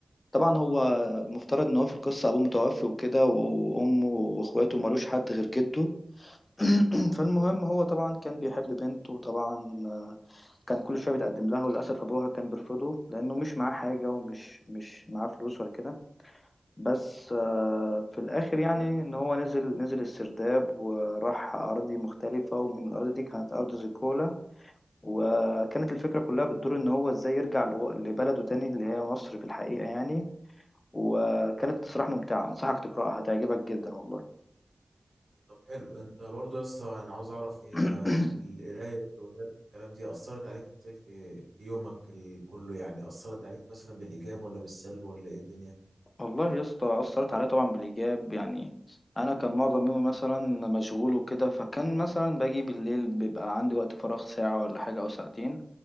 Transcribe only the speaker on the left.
طبعا هو المفترض ان هو في القصه ابوه متوفي وكده وامه واخواته ملوش حد غير جده <clears throat> فالمهم هو طبعا كان بيحب بنته وطبعا كان كل شويه بيتقدم لها وللاسف ابوها كان بيرفضه لانه مش معاه حاجه ومش مش معاه فلوس ولا كده بس آه، في الآخر يعني إن هو نزل نزل السرداب وراح أراضي مختلفة ومن الأراضي دي كانت أرض زيكولا وكانت الفكرة كلها بتدور إن هو إزاي يرجع لو- لبلده تاني اللي هي مصر في الحقيقة يعني وكانت صراحة ممتعة أنصحك تقرأها هتعجبك جدا والله
<clears throat>
والله يا اسطى أثرت عليا طبعا بالإيجاب يعني أنا كان معظم يومي مثلا مشغول وكده فكان مثلا باجي بالليل بيبقى عندي وقت فراغ ساعة ولا حاجة أو ساعتين